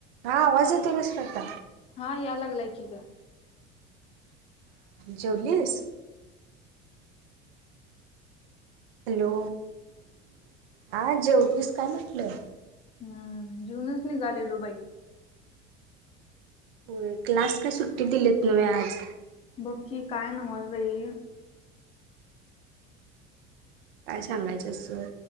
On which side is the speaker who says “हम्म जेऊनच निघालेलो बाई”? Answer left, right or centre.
Left